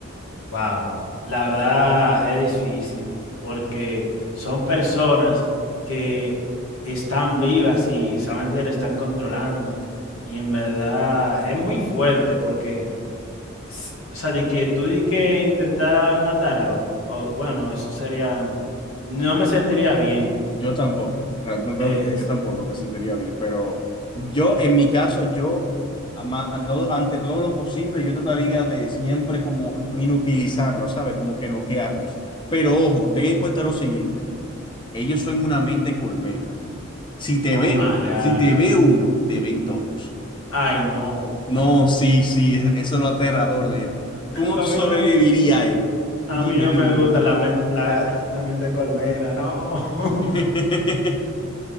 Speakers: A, on the left; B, on the left.
A: Wow, la verdad es difícil porque son personas que están vivas y solamente le están controlando. Y en verdad es muy fuerte porque, s- o sea, de que tú di que intentar matarlo, o bueno, eso sería, no me sentiría bien.
B: Yo tampoco, o sea, no te voy
A: Es-
B: a mentir, yo tampoco me sentiría bien, pero Yo, en mi caso, yo, ama- ante todo ante todo lo posible, yo trataría de siempre como inutilizarlos, ¿sabes? Como que noquearlos. Pero ojo, ten en cuenta lo siguiente, ellos son una mente colmena. Si te
A: oh
B: ven,
A: my God.
B: si te ve uno, te ven todos.
A: Ay, no.
B: No, sí, sí, eso es lo aterrador de esto. ¿Cómo
A: A
B: tú sobrevivirías
A: mí no,
B: a esto?
A: a
B: Dime,
A: mí no
B: dime,
A: me gusta
B: dime.
A: la, men- la, <laughs> la mente colmena, no. <laughs>
B: <laughs>